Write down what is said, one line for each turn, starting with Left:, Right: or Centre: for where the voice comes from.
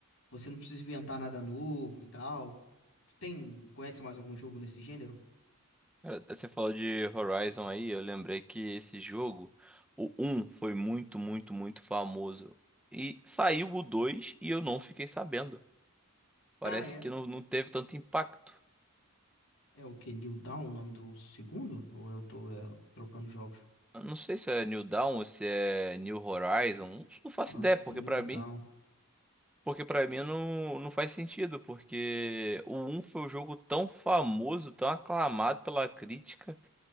Left: Você não precisa inventar nada novo e tal. Tu tem, conhece mais algum jogo nesse gênero? <laughs>
Centre: Cara, Você falou de Horizon aí, eu lembrei que esse jogo, o um foi muito, muito, muito famoso. E saiu o 2 e eu não fiquei sabendo. Parece
Left: Ah, é.
Centre: que não, não teve tanto impacto.
Left: É, é o que? New Dawn, o nome do segundo? Ou eu tô, é, trocando jogos?
Centre: Eu não sei se é New Dawn ou se é New Horizon. Não faço
Left: Não,
Centre: ideia,
Left: Acho
Centre: porque
Left: que é New
Centre: pra
Left: Dawn.
Centre: mim, porque para mim não, não faz sentido, porque o um foi um jogo tão famoso, tão aclamado pela crítica,